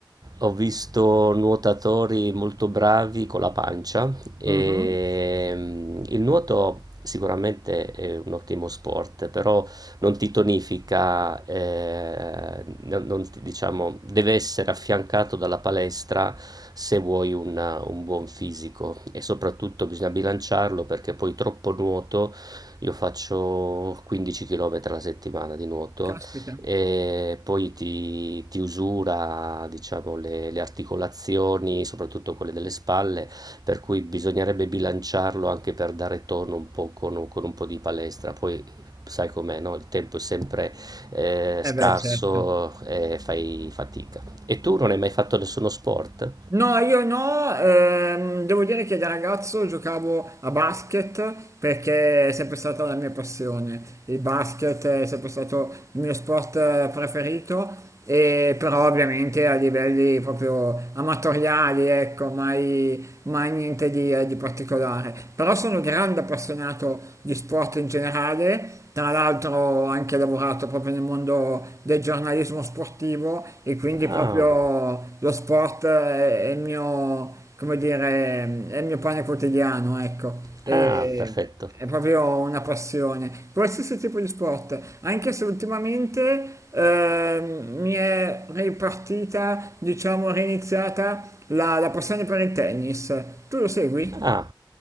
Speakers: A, on the right; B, on the right.
A: ho visto nuotatori molto bravi con la pancia e
B: Mh-mh.
A: mh, il nuoto sicuramente è un ottimo sport, però non ti tonifica, eh, non, non ti- diciamo, deve essere affiancato dalla palestra se vuoi un, un buon fisico e soprattutto bisogna bilanciarlo perché poi troppo nuoto, io faccio 15 km alla settimana di nuoto
B: Caspita.
A: e poi ti, ti usura, diciamo, le, le articolazioni, soprattutto quelle delle spalle, per cui bisognerebbe bilanciarlo anche per dare tono un po' con, un con un po' di palestra. Poi sai com'è, no? Il tempo è sempre eh,
B: Eh
A: scarso
B: beh, certo.
A: e fai fatica. E tu non hai mai fatto nessuno sport?
B: No, io no, ehm, devo dire che da ragazzo giocavo a basket perché è sempre stata la mia passione. Il basket è sempre stato il mio sport eh, preferito, e però ovviamente a livelli proprio amatoriali, ecco, mai, mai niente di, eh, di particolare. Però sono grande appassionato di sport in generale, tra l'altro anche lavoro lavorato proprio nel mondo del giornalismo sportivo e quindi
A: Ah,
B: proprio lo sport è, è il mio, come dire, è il mio pane quotidiano, ecco. E-
A: ah, perfetto.
B: è proprio una passione, qualsiasi tipo di sport, anche se ultimamente ehm, mi è ripartita, diciamo, riniziata la, la passione per il tennis. Tu lo segui?
A: Ah,